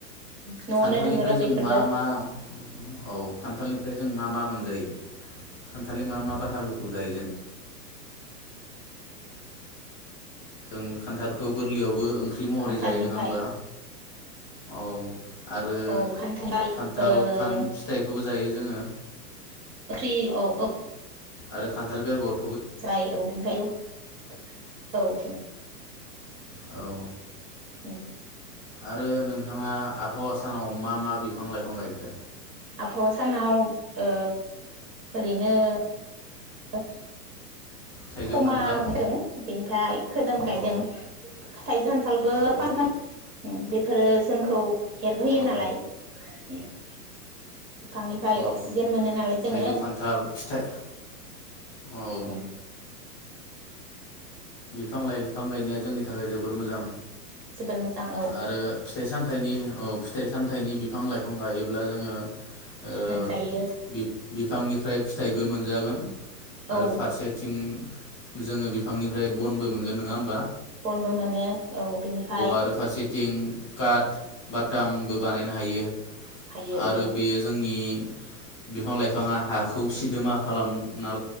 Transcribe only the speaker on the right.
न'आवनो
दोङो र'
बेफोरबो
खान्थालनिफ्राय
औ खान्थाल
ओ ओंख्रि
ओंख्रि औ औ
जायो औ <unintelligible> औ
ओम
आबहावा सानाव ओ ओरैनो <inaudible>
फमादों
बिनिफाय खोदोम गायदों
थाइजौ, खान्थालबो
फांसे फांनै ओम बेफोरो जोंखौ हेल्प होयो
नालाय <unintelligible> बिफांनिफ्राय
अक्सिजेन मोनो नालाय जोंङो
ओम
जोबोर मोजां औ
मोनजायो
औ
बनबो मोनो औ बिनिफाय
हायो
औ।